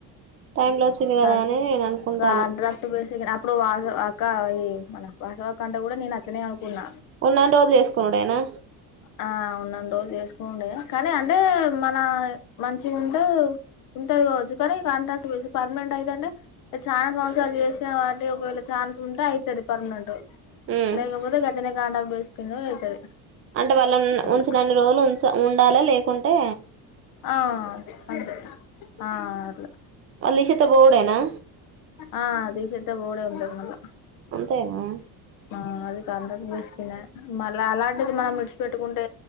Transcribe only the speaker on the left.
కాన్
కాంట్రాక్ట్ బేసి అప్పుడు అవు అది అక్క ఇది ఏమలా బసవ కంటే గూడ నేను అట్లనే అవుతున్న
ఆ ఉన్నన్ని రోజులు చేసుకునుడే. కానీ అంటే మన మంచి ఉంటే ఉంటది కావచ్చు. కానీ కాంట్రాపర్మనెంట్ అయితేంటే చాలా సంవత్సరాలు చేసే వాటికి ఒకవేళ చఛా ఉంటేఅవుతుంది. పర్మనెంట్
లేకపోతే గట్లనే కాంటాక్ట్ వైస్ పిన్న గా అయితది
అట్లా
ఆ అంతే ఆ అట్లా
ఆ తీశత బూడ ఉ ఆ ఉ ఆక
ఆ అది కాంత బస్కినే మళ్ళ అలాంటిది ఆ ఆ అది కాంటాక్ట్ బేసిక్ నేమల్ల అలాంటిదిమనం విడిచిపట్టుకుంటే